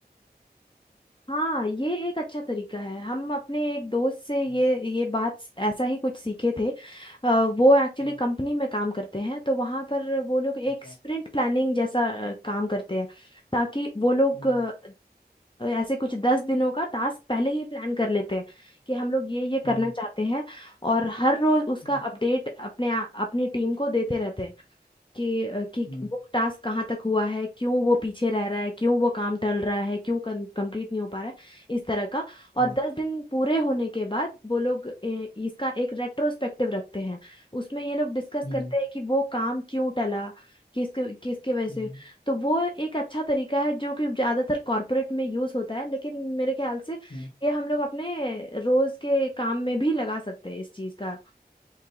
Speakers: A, on the left; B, on the left.
A: हाँ ये एक अच्छा तरीका है हम अपने एक दोस्त से ये
B: हम्म,
A: ये बात स- ऐसा ही कुछ सीखे थे अ, वो एक्चुअली
B: हम्म,
A: कंपनी में काम करते हैं तो वहाँ पर वो लोग एक
B: अच्छा
A: स्प्रिंट प्लानिंग जैसा अ, काम करते हैं ताकि वो लोग
B: हम्म
A: अ, ऐसे कुछ दस दिनों का टास्क पहले ही प्लान कर लेते हैं कि हम लोग ये ये करना
B: हम्म
A: चाहते हैं और हर रोज उसका
B: हम्म
A: अपडेट अपने आ- अपनी टीम को देते रहते हैं कि अ, कि
B: हम्म
A: वो टास्क कहाँ तक हुआ है क्यों वो पीछे रह रहा है क्यों वो काम टल रहा है क्यों कंप्लीट नहीं हो पा रहा है इस तरह का और
B: हम्म
A: दस दिन पूरे होने के बाद वो लोग अ, इसका एक रेट्रोस्पेक्टिव रखते हैं उसमें ये लोग डिस्कस
B: हम्म
A: करते हैं कि वो काम क्यों टला किसके किसके वजह से
B: हम्म,
A: तो वो एक अच्छा तरीका है जो कि ज्यादातर कॉरपोरेट में यूज होता है लेकिन मेरे ख्याल से
B: हम्म,
A: ये हम लोग अपने रोज के काम में भी लगा सकते हैं इस चीज का